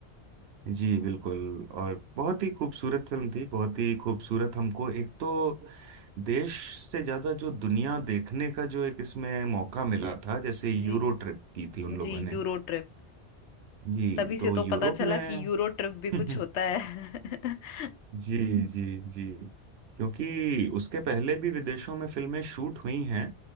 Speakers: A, on the right; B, on the left.
A: जी बिल्कुल और बहुत ही खूबसूरत फिल्म थी बहुत ही खूबसूरत हमको एक तो देश से ज्यादा जो दुनिया देखने का जो एक इसमें मौका मिला था जैसे यूरो
B: जी
A: ट्रिप की थी उन लोगों
B: जी
A: ने
B: यूरो ट्रिप
A: जी
B: तभी से
A: तो
B: तो
A: यूरोप
B: पता चला
A: में
B: कि यूरो ट्रिप भी
A: <laughs>
B: कुछ होता है <laughs>
A: जी जी जी क्योंकि उसके पहले भी विदेशों में फिल्में शूट हुई हैं